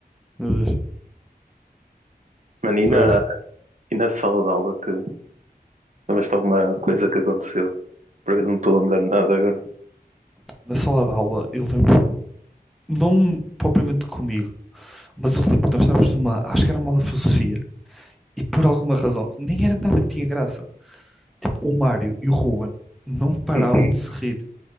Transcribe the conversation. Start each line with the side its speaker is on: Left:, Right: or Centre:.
Centre: Meu Deus.
Right: Mano, e
Centre: Foi,
Right: na,
Centre: foi
Right: e na sala de aula que lembras-te de alguma coisa que aconteceu? Porque eu não estou lembrando de nada agora.
Centre: na sala de aula, eu lembro, não propriamente comigo, mas eu lembro que nós estávamos numa, acho que era uma aula de filosofia, e por alguma razão, nem era nada que tinha graça. Tipo, o Mário e o Ruben não paravam
Right: Uhum.
Centre: de se rir.